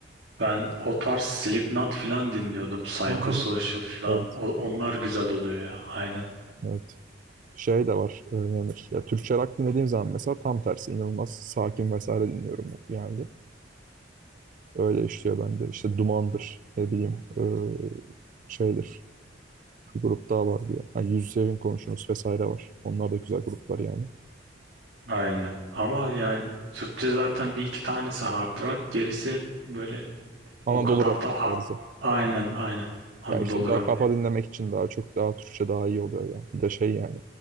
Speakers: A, on the right; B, on the right.
A: Ben o tarz Slipknot falan dinliyordum. Psychosocial
B: Aha.
A: falan.
B: evet,
A: O- onlar güzel oluyor ya. Aynen.
B: evet. şey de var. e, ne denir? Ya Türkçe rock dinlediğim zaman mesela tam tersi inanılmaz sakin vesaire dinliyorum ben genelde. Öyle işliyor bende. İşte Duman'dır ne bileyim e, şeydir. Bir grup daha var diye. Ha, Yüz Sevin Konuşunuz vesaire var. Onlar da güzel gruplar yani.
A: Aynen. Ama yani Türkçe zaten bir iki tanesi hard rock. Gerisi hep böyle
B: Anadolu
A: o kadar
B: rock
A: da hard.
B: tarzı.
A: Aynen aynen. Anadolu
B: Ya işte daha
A: rock.
B: kafa dinlemek için daha çok daha Türkçe daha iyi oluyor ya. Bir de şey yani.